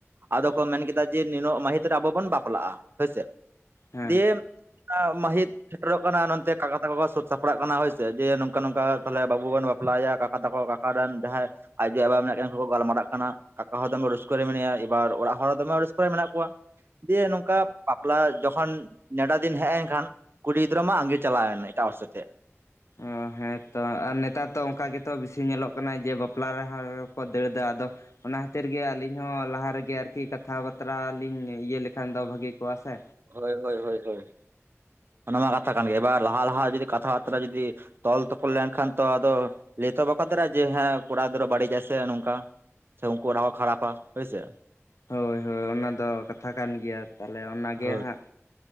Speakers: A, on the right (about 50°); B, on the left (about 80°).
A: ᱟᱫᱚ ᱠᱚ ᱢᱮᱱ ᱠᱮᱫᱟ ᱡᱮ ᱱᱤᱱᱟᱹᱜ ᱢᱟᱹᱦᱤᱛ ᱨᱮ ᱟᱵᱚ ᱵᱚᱱ ᱵᱟᱯᱞᱟᱜᱼᱟ ᱦᱳᱭᱥᱮ
B: ᱦᱮᱸ
A: ᱫᱤᱭᱮ ᱢᱟᱹᱦᱤᱛ ᱥᱮᱴᱮᱨᱚᱜ ᱠᱟᱱᱟ ᱱᱚᱛᱮ ᱠᱟᱠᱟ ᱛᱟᱠᱚ ᱠᱚ ᱥᱟᱹᱛ ᱥᱟᱯᱲᱟᱜ ᱠᱟᱱᱟ ᱦᱳᱭ ᱥᱮ ᱡᱮ ᱱᱚᱝᱠᱟ ᱱᱚᱝᱠᱟ ᱛᱟᱦᱞᱮ ᱵᱟᱹᱵᱩ ᱵᱚᱱ ᱵᱟᱯᱞᱟᱭᱮᱭᱟ ᱠᱟᱠᱟ ᱛᱟᱠᱚ ᱠᱚ ᱨᱮᱱ ᱡᱟᱦᱟᱸᱭ ᱟᱡ ᱭᱩ ᱵᱟᱵᱟ ᱢᱮᱱᱟᱜ ᱠᱤᱱᱟᱹ ᱩᱱᱠᱩ ᱠᱚ ᱜᱟᱞᱢᱟᱨᱟᱜ ᱠᱟᱱᱟ ᱠᱟᱠᱟ ᱦᱚᱸ ᱫᱚᱢᱮ ᱨᱟᱹᱥᱠᱟᱹ ᱨᱮ ᱢᱮᱱᱟᱭᱟ ᱮᱵᱟᱨ ᱚᱲᱟᱜ ᱦᱚᱲ ᱦᱚᱸ ᱫᱚᱢᱮ ᱨᱟᱹᱥᱠᱟᱹ ᱨᱮ ᱢᱮᱱᱟᱜ ᱠᱚᱣᱟ ᱫᱤᱭᱮ ᱱᱚᱝᱠᱟ ᱵᱟᱯᱞᱟ ᱡᱚᱠᱷᱚᱱ ᱱᱮᱰᱟ ᱫᱤᱱ ᱦᱮᱡ ᱮᱱ ᱠᱷᱟᱱ ᱠᱩᱲᱤ ᱜᱤᱫᱨᱟᱹ ᱢᱟ ᱟᱺᱜᱤᱨ ᱪᱟᱞᱟᱣ ᱮᱱᱟᱭ ᱮᱴᱟᱜ ᱦᱚᱲ ᱥᱟᱶᱛᱮ
B: ᱚ ᱦᱮᱸ ᱛᱚ ᱟᱨ ᱱᱮᱛᱟᱨ ᱫᱚ ᱚᱱᱠᱟ ᱜᱮᱛᱚ ᱵᱤᱥᱤ ᱧᱮᱞᱚᱜ ᱠᱟᱱᱟ ᱡᱮ ᱵᱟᱯᱞᱟ ᱨᱮᱦᱚᱸ ᱠᱚ ᱫᱟᱹᱲ ᱫᱟ ᱟᱫᱚ ᱚᱱᱟ ᱠᱷᱟᱹᱛᱤᱨ ᱜᱮ ᱟᱹᱞᱤᱧ ᱦᱚᱸ ᱞᱟᱦᱟ ᱨᱮᱜᱮ ᱟᱨᱠᱤ ᱠᱟᱛᱷᱟ ᱵᱟᱛᱨᱟ ᱞᱤᱧ ᱤᱭᱟᱹ ᱞᱮᱠᱷᱟᱱ ᱫᱚ ᱵᱷᱟᱹᱜᱤ ᱠᱚᱜᱼᱟ ᱥᱮ
A: ᱦᱳᱭ ᱦᱳᱭ ᱦᱳᱭ ᱦᱳᱭ ᱚᱱᱟᱢᱟ ᱠᱟᱛᱷᱟ ᱠᱟᱱ ᱜᱮ, ᱮᱵᱟᱨ ᱞᱟᱦᱟ ᱞᱟᱦᱟ ᱡᱩᱫᱤ ᱠᱟᱛᱷᱟ ᱵᱟᱨᱛᱨᱟ ᱡᱩᱫᱤ ᱛᱚᱞ ᱛᱚᱯᱚᱞ ᱞᱮᱱᱠᱷᱟᱱ ᱛᱚ ᱟᱫᱚ ᱞᱟᱹᱭ ᱛᱚ ᱵᱟᱠᱚ ᱫᱟᱲᱮᱭᱟᱜᱼᱟ ᱡᱮ ᱦᱮᱸ ᱠᱚᱲᱟ ᱜᱤᱫᱽᱨᱟᱹ ᱵᱟᱹᱲᱤᱡᱟᱭ ᱥᱮ ᱱᱚᱝᱠᱟ ᱥᱮ ᱩᱝᱠᱩ ᱚᱲᱟᱜ ᱦᱚᱲ ᱠᱚ ᱠᱷᱟᱨᱟᱯᱟ ᱦᱳᱭ ᱥᱮ
B: ᱦᱳᱭ ᱦᱳᱭ ᱦᱳᱭ, ᱚᱱᱟ ᱫᱚ ᱠᱟᱛᱷᱟ ᱠᱟᱱ ᱜᱮᱭᱟ ᱛᱟᱦᱞᱮ ᱚᱱᱟᱜᱮ
A: ᱦᱳᱭ
B: ᱦᱟᱸᱜ